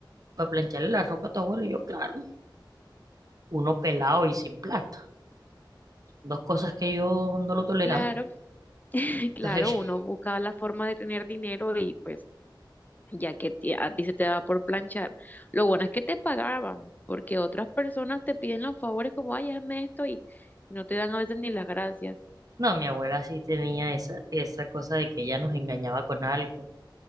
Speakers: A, on the right (about 45°); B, on the left (about 20°).
A: para plancharle la ropa a tu abuelo. Y yo, claro, uno pelado y sin plata. dos cosas que yo no lo toleraba.
B: Claro, <laughs>
A: Entonces,
B: claro, uno
A: <laughs>
B: buscaba la forma de tener dinero y pues ya que ti- a ti se te daba por planchar. Lo bueno es que te pagaban, porque otras personas te piden los favores como, ay, hazme esto y no te dan a veces ni las gracias.
A: no, mi abuela sí tenía esa, esa cosa de que ella nos engañaba con algo.